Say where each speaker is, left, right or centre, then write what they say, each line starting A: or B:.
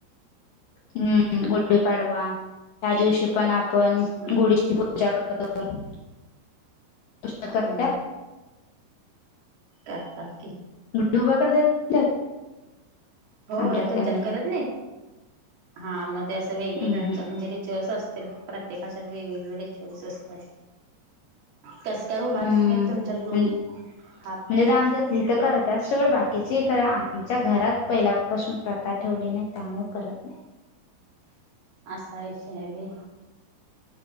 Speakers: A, on the left; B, on the right.
A: हम्म गुडी पाडवा त्या दिवशी पण आपण
B: हम्म
A: गुढीची पूजा करतो तुम्ही
B: हम्म
A: करताय?
B: करतात
A: डुबा करतात
B: हो
A: आमच्यात
B: तुमच्यात
A: काही
B: करत नाही हा मग ते असं वेगवेगळ्यांच
A: हम्म
B: म्हणजे रिच्युअल्स असं तर प्रत्येकाच्यात वेगवेगळे रे शूस असतात. कसं काय उभारत
A: हम्म
B: नाही तुमच्यात गुडी
A: म्हण-
B: हा
A: म्हणजे तर आमच्यात इथं करतात सोड बाकीची क आमच्या घरात पहिल्यापासून प्रथा ठेवली नाही त्यामुळे करत नाही.
B: असा विषय आहे बी